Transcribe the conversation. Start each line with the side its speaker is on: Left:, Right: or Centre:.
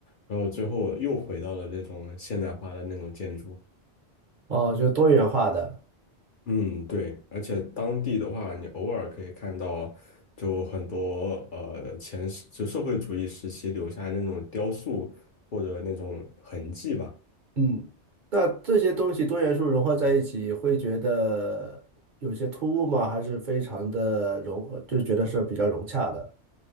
Left: 然后最后又回到了那种现代化的那种建筑。
Right: 哦，就多元化的，
Left: 嗯，对，而且当地的话，你偶尔可以看到，就很多呃前世就社会主义时期留下来那种雕塑或者那种痕迹吧。
Right: 嗯，那这些东西多元素融合在一起，会觉得有些突兀吗？还是非常的融，就觉得是比较融洽的？